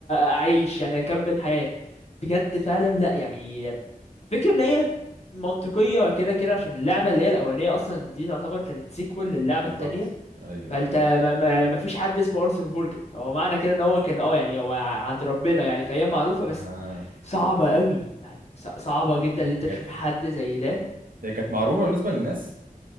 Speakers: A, on the left; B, on the right.
A: أعيش يعني أكمل حياة بجد فعلا لا يعني فكرة إن هي منطقية كده كده عشان اللعبة اللي هي الأولانية أصلا دي تعتبر كانت سيكوال للعبة
B: بالظبط
A: التانية
B: ايوه
A: فانت
B: ايوه
A: ما, ما, ما فيش حد اسمه ارثر مورجان فهو معنى كده ان هو كان اه يعني هو عند ربنا يعني فهي معروفه
B: آه.
A: بس صعبه قوي يعني ص- صعبه جدا ان انت
B: هي
A: تشوف حد زي ده
B: هي كانت معروفه بالنسبه للناس